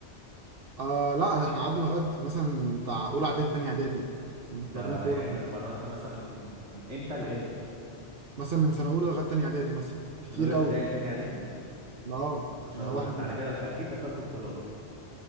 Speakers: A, on the right; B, on the right.
A: آه لا احنا قعدنا لغايه مثلا بتاع اولى اعدادي تاني اعدادي بنتمرنوا
B: ده
A: كوره
B: يعني انت اتمرنت مثلا من امتى لامتى
A: مثلا من سنه اولى لغايه تاني اعدادي مثلا كتير
B: من اولى ابتدائي
A: قوي
B: لتانية اعدادي
A: اه
B: ما شاء
A: ان هو
B: الله
A: احنا
B: ده انت على كده دخ- اكيد دخلت بطولات